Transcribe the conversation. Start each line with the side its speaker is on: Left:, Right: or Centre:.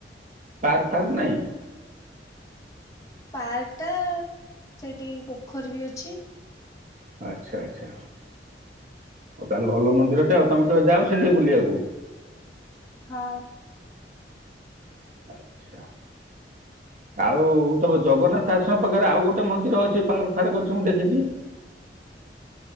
Right: ତାରଥାର ନାଇଁ?
Left: ପାର୍କ ଟା ସେଠି ପୋଖରୀ ବି ଅଛି।
Right: ଆଚ୍ଛା ଆଚ୍ଛା ଆଉ ତାହେଲେ ଭଲ ମନ୍ଦିରଟେ ଆଉ ତୋମେ କେବେ ଯାଅ ସେଠି ବୁଲିବାକୁ?
Left: ହଁ।
Right: ଆଚ୍ଛା ଆଉ ତୋମ ଜଗନ୍ନାଥ ତା ସଂମ୍ପର୍କ ରେ ଆଉ ଗୋଟେ ମନ୍ଦିର ଅଛି ପାର୍ ଫେର କହିଛ ମୁଁ ଦେଖିଚି।